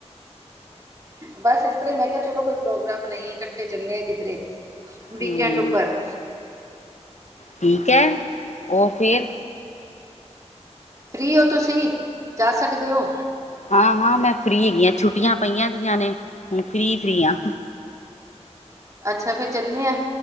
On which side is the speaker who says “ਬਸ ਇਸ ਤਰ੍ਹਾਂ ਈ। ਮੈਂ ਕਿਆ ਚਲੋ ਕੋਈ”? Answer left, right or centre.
Right